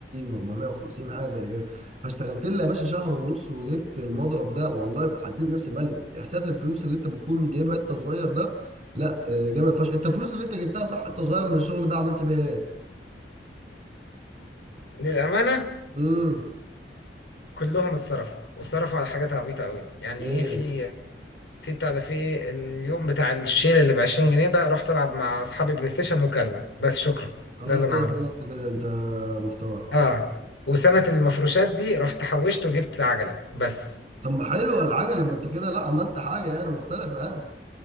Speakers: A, on the right; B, on the left.
A: 450 حاجه زي كده فاشتغلت لي يا باشا شهر ونص وجبت المضرب ده والله حسيت نفسي ملك احساس الفلوس اللي انت بتكون جايبها انت صغير ده لا آه، جامد فشخ انت الفلوس اللي انت جبتها صح انت صغير من الشغل ده عملت بيها ايه؟
B: للامانه
A: امم
B: كلهم اتصرفوا واتصرفوا على حاجات عبيطه قوي يعني
A: ايه
B: ايه في في بتاع ده في اليوم بتاع الشيل اللي ب 20 جنيه ده رحت العب مع اصحابي بلاي ستيشن وكلنا بس شكرا
A: خلاص
B: ده اللي انا
A: كده
B: عملته
A: خلصت كده انت محتوى
B: اه وسنه المفروشات دي رحت حوشت وجبت عجله بس
A: طب ما حلوه العجله لما انت كده لا عملت حاجه يعني مختلفه يعني